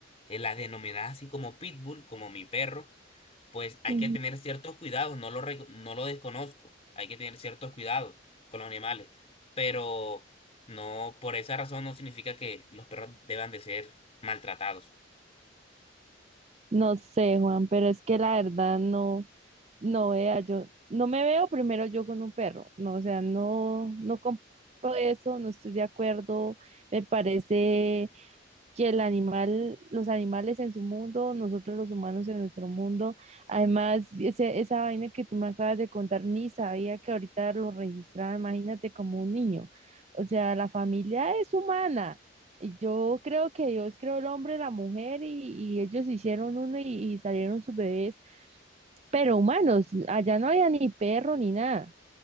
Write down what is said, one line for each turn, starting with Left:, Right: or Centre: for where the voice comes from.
Left: eh, las denominadas así como pitbull, como mi perro, pues hay
Right: Ujú,
Left: que tener ciertos cuidados, no lo, rec- no lo desconozco, hay que tener ciertos cuidados con los animales, pero no, por esa razón no significa que los perros deban de ser maltratados.
Right: No sé, Juan, pero es que la verdad no, no vea, yo no me veo primero yo con un perro, no, o sea, no, no compro eso, no estoy de acuerdo, me parece que el animal, los animales en su mundo, nosotros los humanos en nuestro mundo. Además, ese, esa vaina que tú me acabas de contar, ni sabía que ahorita lo registraba, imagínate como un niño. O sea, la familia es humana. Y Yo creo que Dios creó el hombre, la mujer y, y ellos hicieron uno y, y salieron sus bebés, pero humanos, allá no había ni perro ni nada.